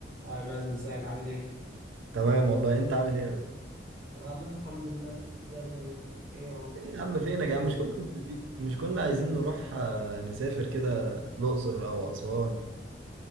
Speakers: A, on the right (about 50°); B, on the right (about 80°).
A: هاي مازن ازيك عامل ايه؟
B: تمام والله انت عامل ايه يا بس
A: انا والله الحمد لله زي الفل والله. ايه يا معلم؟
B: ايه يا عم فينك
A: ماشي فين
B: يا عم مش
A: ولا
B: كنا
A: إيه؟
B: متفقين مش كنا عايزين نروح آه، نسافر كده الاقصر او اسوان